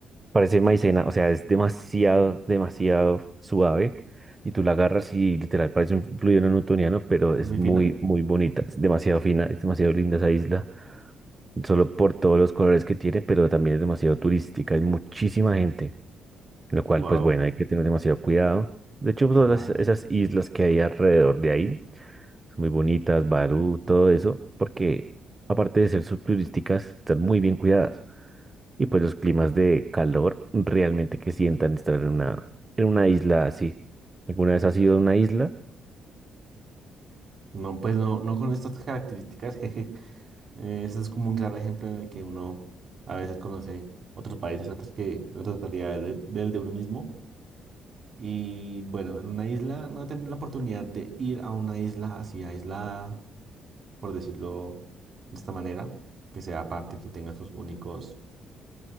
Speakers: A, on the right; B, on the right.
A: parece maicena, o sea, es demasiado, demasiado suave. Y tú la agarras y literal parece un fluido newtoniano, pero
B: muy
A: es muy,
B: fina,
A: muy bonita, es demasiado fina, es demasiado linda esa isla, solo por todos los colores que tiene, pero también es demasiado turística, hay muchísima gente, lo cual,
B: wow,
A: pues bueno, hay que tener demasiado cuidado. De hecho, todas
B: claro.
A: las- esas islas que hay alrededor de ahí son muy bonitas, Barú, todo eso, porque aparte de ser subturísticas, están muy bien cuidadas y pues los climas de calor realmente que sientan estar en una, en una isla así. ¿Alguna vez has ido a una isla?
B: No, pues no, no con estas características, <laughs> jeje. Eh, Eso es como un claro ejemplo en el que uno a veces conoce otros países antes que la totalidad de- del de uno mismo. Y bueno, en una isla, no tener la oportunidad de ir a una isla así aislada, por decirlo de esta manera, que sea aparte, que tenga sus únicos